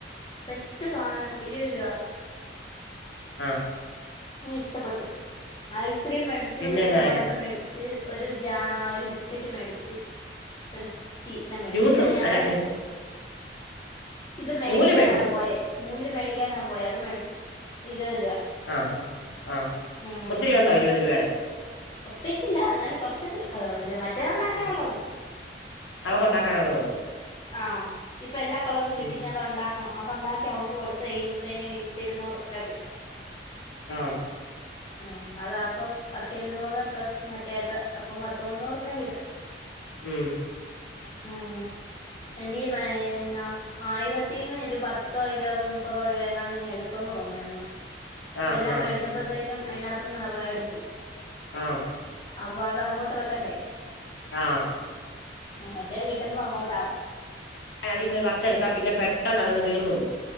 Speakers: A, on the left; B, on the left.
A: സെറ്റ് സാനം ഇരുപത് രുപ
B: ആ
A: ഇഷ്ടപ്പെട്ടു ഐസ്ക്രീം മേടിച്ച്
B: പിന്നെന്നാ
A: മൂന്ന് ബണ്ണും മേടിച്ച് ഒരു ജാ ബിസ്ക്കറ്റും മേടിച്ച് ഒരു സീന മേടിച്ച്
B: ജ്യൂസ്
A: പിന്നെ ഞാനും
B: അല്ല
A: ഇത് മേടിക്കാനാ
B: നൂല് മേടിച്ചോ
A: പോയേ നൂല് മേടിക്കാനാ പോയേ അത് മേടിച്ച്. ഇരുപത്‌രൂ
B: ആ ഹാ ആ
A: ഉം
B: ഒത്തിരി ഒണ്ടോ ഇരുപത് രൂപാടെ
A: ഒത്തിരി ഇല്ല എന്നാലും കൊറച്ചിണ്ട് ഏ ഇത് മറ്റേത് ഉണ്ടാക്കാനൊള്ള
B: ഉം
A: ഒണ്ട്
B: അവക്കുണ്ടാക്കാനുള്ളത്
A: ആം ഇപ്പ എല്ലാ കളറും കിട്ടി
B: ഉം
A: ഇനി അത് ഒണ്ടാക്കണം അത് ഒണ്ടാക്കി അവക്ക് കൊടുത്ത് കയിമ്പത്തേനും പത്തി ഇരുന്നൂറ് രൂപാ കിട്ടും
B: ആം
A: ഉം അതാ അപ്പം പത്തി ഇരുന്നൂറ് പെർ പ്ലസ് മറ്റേത് അപ്പം പത്ത്മുന്നൂറ്‌രൂപാ കിട്ടും
B: ഉം
A: ഊം എനിക്ക് പയിനായിരം രൂപാ ആയിരത്തിന്ന് ഇരുപ പത്തോ ഇരുപതോ മുപ്പതോ രൂപയെങ്ങാണ്ട് നീ എടുത്തെന്നോന്നുന്നു
B: ആഹ്
A: എല്ലാം
B: ആഹ്
A: മേടിച്ചപ്പോത്തേനും
B: ആഹ്
A: അതിനാത്ത് ത്ത് നെറയെ എടുത്തു
B: ആഹ്
A: അപ്പൊ അത് അങ്ങോട്ട് വെക്കണ്ടേ
B: ആഹ്
A: മറ്റേ കിട്ടുമ്പ അങ്ങോട്ടാവും
B: അതീന്ന് പത്തെടുത്താ പിന്നെ പെട്ടെന്ന് അതങ് തീർന്നു പോകും